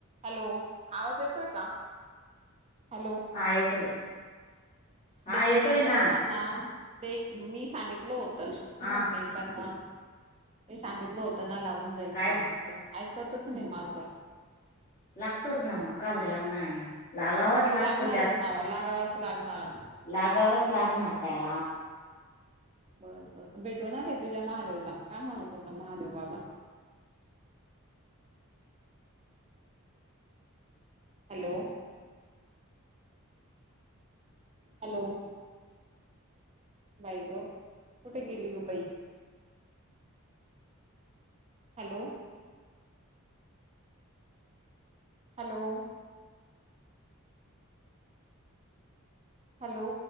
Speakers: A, on the right (about 30°); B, on the left (about 35°).
A: Hello आवाज येतोय का? हलो.
B: हा येतोय. हा
A: देखमैने
B: येतोय ना
A: बोला थाना, देख मी सांगितलं होतं
B: हा
A: ना म मी. पण ना मी सांगितलं होत ना लागून जाईल
B: काय
A: फोन एक त आयकतच नाही माझं.
B: लागतोच ना मग का बरं लागनारं नाही. लागावाच लागतो
A: लागणारच ना म लागावंच लागणार.
B: लागावच लागणार त्याला.
A: बस, बस भेटून आली तुझ्या महादेवला काय म्हणत होता महादेव बाबा? Hello hello! बाई ग कुठे गेली ग बई. हॅलो! हॅलो! हॅलो!